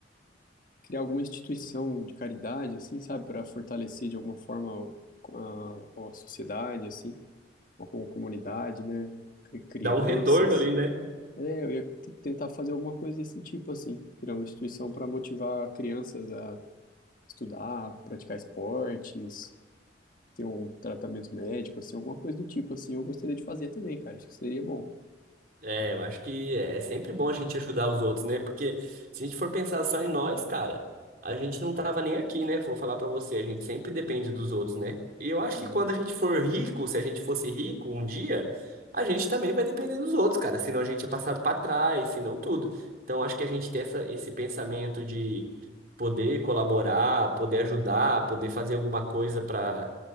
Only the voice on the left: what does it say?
criar alguma instituição de caridade, assim, sabe, para fortalecer de alguma forma o- a, a sociedade, assim, ou com a comunidade, né? Cri- Crianças.
É, eu ia t- tentar fazer alguma coisa desse tipo, assim, criar uma instituição para motivar crianças a estudar, praticar esportes, ter um tratamento médico, assim, alguma coisa do tipo, assim, eu gostaria de fazer também, cara, acho que seria bom.
Uhum,